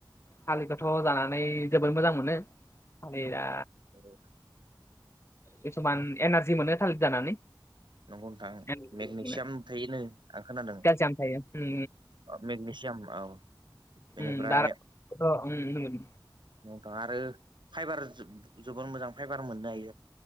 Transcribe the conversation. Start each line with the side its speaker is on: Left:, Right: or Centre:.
Left: थालिदखौथ' जानानै जोबोद मोजां मोनो थालिदा
Right: औ
Left: किसुमान एनारजि मोनो थालिद जानानै
Right: नंगौ नोंथां
Left: एनारजि
Right: मेगनेसियाम
Left: मोनो।
Right: थायोनो आं खोनादों
Left: केलसियाम थायो उम
Right: औ मेग्नेसियाम औ बेनिफ्राय
Left: ओम दा अ ओम
Right: औ नोंथां आरो फाइबार जोबद मोजां फाइबार मोननो हायो